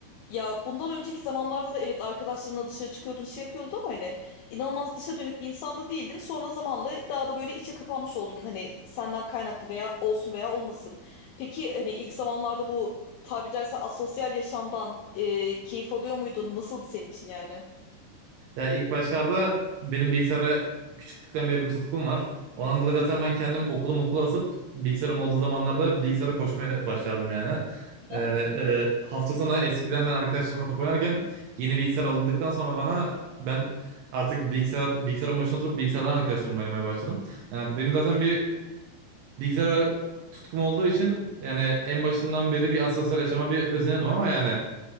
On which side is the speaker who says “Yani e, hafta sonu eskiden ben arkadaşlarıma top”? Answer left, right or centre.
Right